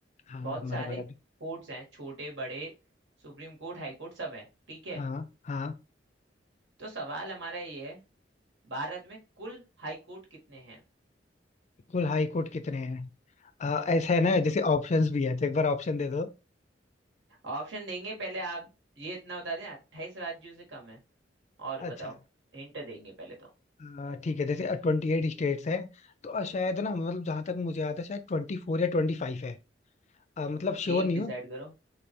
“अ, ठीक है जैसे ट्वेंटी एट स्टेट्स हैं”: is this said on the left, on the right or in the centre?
Left